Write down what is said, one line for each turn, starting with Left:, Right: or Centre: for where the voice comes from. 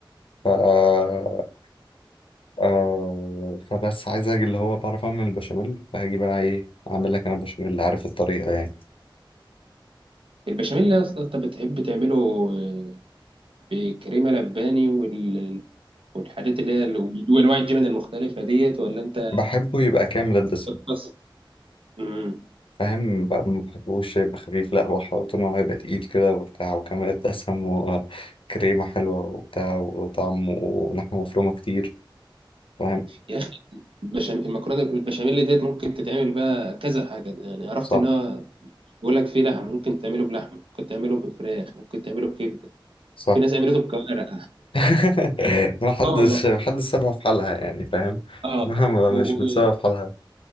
Left: ف آه، آه، فبس عايز اجي اللي هو بعرف اعمل البشاميل فهاجي بقى ايه اعمل لك انا البشاميل اللي عارف الطريقه يعني
Right: البشاميل يا اسطى انت بتحب تعمله آه، بكريمة لباني وال... والحاجات اللي هي ال- وانواع الجبن المختلفة ديت ولا انت
Left: بحبه يبقى كامل الدسم
Right: بتقصد مم.
Left: فاهم بقى ما بحبوش يبقى خفيف لا هو حلاوته ان هو يبقى تقيل كده وبتاع وكمان الدسم وكريمة حلوة وبتاع وطعم ولحمة مفرومة كتير فاهم
Right: يا اخي البشاميل المكرونة البشاميل ديت ممكن تتعمل بقى كذا حاجة يعني عرفت
Left: صح
Right: ان هو بيقول لك فيه لحم ممكن تعمله بلحمة ممكن تعمله بفراخ ممكن تعمله بكبدة
Left: صح
Right: في ناس عملته بكوارع
Left: <laughs> ما حدش
Right: <laughs> اه والله
Left: ما حدش سابها في حالها يعني فاهم
Right: اه
Left: مهما
Right: و-
Left: مش
Right: و-
Left: بتسابها في حالها